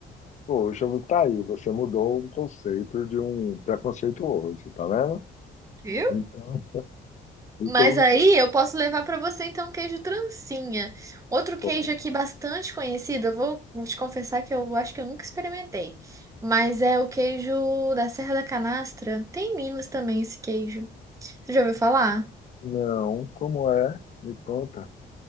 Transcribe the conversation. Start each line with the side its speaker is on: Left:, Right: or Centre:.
Left: Poxa, tá aí, você mudou um conceito de um preconceituoso, tá vendo?
Right: Viu?
Left: Então, então
Right: Mas aí eu posso levar pra você então um queijo trancinha. Outro queijo
Left: pode.
Right: aqui bastante conhecido, eu vou vou te confessar que eu acho que eu nunca experimentei. Mas é o queijo da Serra da Canastra. Tem em Minas também esse queijo. Você já ouviu falar?
Left: Não, como é? Me conta.